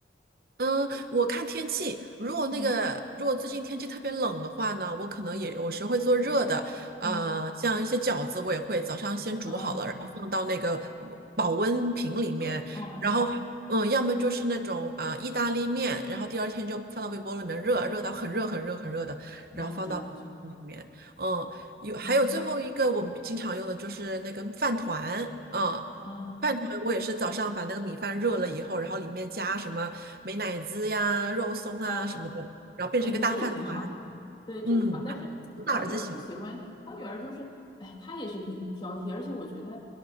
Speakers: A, on the right (about 55°); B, on the left (about 25°).
A: 嗯，我看天气，如果那个如果最近天气特别冷的话呢，
B: 嗯
A: 我可能也有时会做热的，
B: 嗯，
A: 呃，像一些饺子我也会早上先煮好了，
B: 啊，
A: 然后放到那个保温瓶里面，
B: 合理，嗯嗯。
A: 然后嗯，要么就是那种啊、呃意大利面，然后第二天就放到微波炉里面热，热到很热很热很热的，
B: 然后装进去。
A: 然后放到保温瓶里面，嗯，有还有最后一个我们经常用的就是那个饭团，
B: 嗯
A: 嗯。
B: 嗯
A: 饭团我也是早上把那个米饭热了以后，然后里面加什么美乃滋呀、肉松啊什么的，
B: 嗯，
A: 然后变成一个大饭团。
B: 哎，那这个挺好的啊，对，这挺好。
A: 嗯，
B: 但是我女儿不喜欢，
A: 大儿子喜欢。
B: 我女儿就是，哎，她也是挺挑剔，而且我觉得，